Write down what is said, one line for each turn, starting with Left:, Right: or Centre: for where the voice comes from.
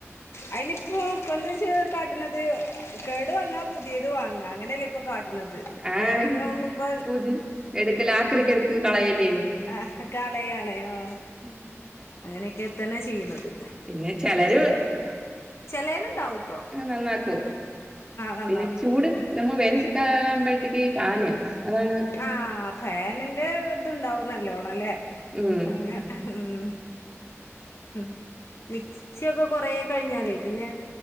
Left: അതിനിപ്പോ എന്താ ച്ചെ കാട്ടുന്നത് കേടു വന്ന പുതിയത് വങ്ങുകാ അങ്ങനയാല്ലേ കാട്ടാനത് കട്ടന്നത് റിപ്പേറിങ്ങും
Right: ആ
Left: ഒന്നുംഇപ്പ
Right: പൂജ എടുക്കല് ആക്രിക്ക് എടുക്ക് കളയല്
Left: ആ പ്ലേയ് ആണ് ആ
Right: മൂ
Left: അങ്ങനെക്കെ തന്നെ ചെയ്യുന്നത്
Right: പിന്നെ ചെലരു
Left: ചെലരുണ്ടാവും
Right: ഉം നന്നാക്കും
Left: നന്നാക്കും
Right: പിന്നെ ചൂട് നമ്മ <unintelligible> കാലാകുമ്പഴ് ത്തെ ക്കീ ഫാന് അതാണ്
Left: ആ ഫേനിന്റ ത് ഇണ്ടാകും നൽ ല്ലോണം ലെ
Right: ഉം
Left: അങ്ങനെ ഊം ഉം മിക്സിയൊക്കെ കുറെ കഴിഞ്ഞാലേ പിന്നെ